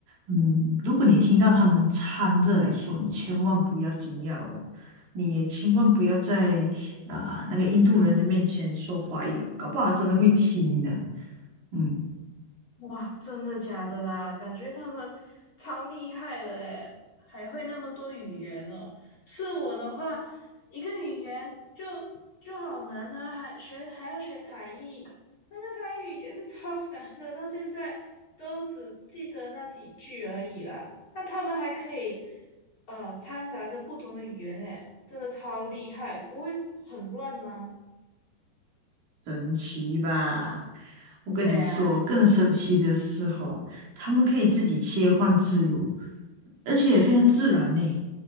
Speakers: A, on the right; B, on the left.
A: 嗯，如果你听到他们掺着来说，你千万不要惊讶哦，你也千万不要在啊、那个印度人的面前说华语哦，搞不好他真的会听呢。嗯，
B: 哇，真的假的啦？感觉他们超厉害的诶，还会那么多语言哦。是我的话，一个语言就就好难呢，还学还要学台语，那个台语也是超 <laughs> 难的，到现在都只记得那几句而已啦。那他们还可以呃掺杂着不同的语言诶，真的超厉害，不会很乱吗？
A: 神奇吧？我跟你说，
B: 对啊，
A: 更神奇的是哦，他们可以自己切换自如，而且也非常自然呢。